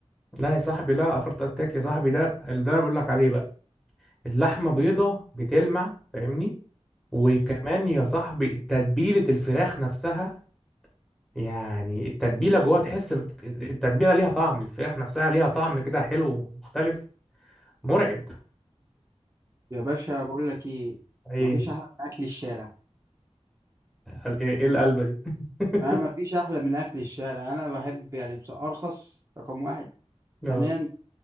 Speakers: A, in the centre; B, on the right.
A: لا يا صاحبي لا هارت اتاك يا صاحبي ده اللي ده انا بقول لك عليه بقى اللحمه بيضه بتلمع فاهمني وكمان يا صاحبي تتبيله الفراخ نفسها يعني التتبيله جوه تحس بت- التتبيله ليها طعم الفراخ نفسها ليها طعم كده حلو مختلف مرعب
B: يا باشا بقول لك ايه
A: ايه
B: مفيش احلى من اكل الشارع
A: ايه إيه القلبه دي <laughs>
B: انا مفيش احلى من اكل الشارع انا بحب يعني بس ارخص رقم واحد ثانيا
A: اه